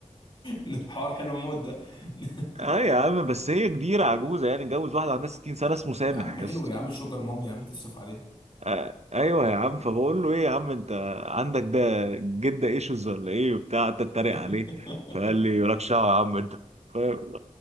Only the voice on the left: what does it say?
الحوار حلو موت ده <laughs>
يا عم
حلو
يا عم شوجر ماما يا عم تصرف عليه
<laughs>